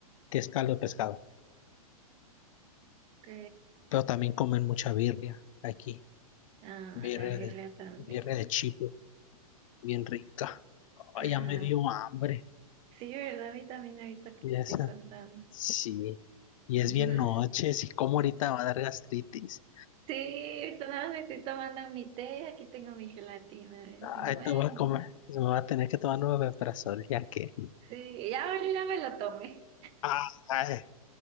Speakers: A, on the left; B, on the right.
A: que es caldo de pescado.
B: Ok.
A: Pero también comen mucha birria aquí,
B: Ah,
A: birria
B: la birria
A: de,
B: también.
A: birria de chivo, bien rica.
B: Ajá.
A: Ay, ya me dio hambre.
B: Sí, ¿verdad? A mí también ahorita que
A: Y
B: te
A: esa,
B: estoy contando.
A: sí, y es
B: <laughs> Es
A: bien
B: na-
A: noche, si como ahorita va a dar gastritis.
B: Sí, ahorita nada más me estoy tomando mi té, aquí tengo mi gelatina. eh, Digo,
A: Ay,
B: bueno,
A: te voy a comer. Me voy a tener que tomar nueve omeprazol, ya que.
B: sí, ya, ya me lo tomé.
A: Ay,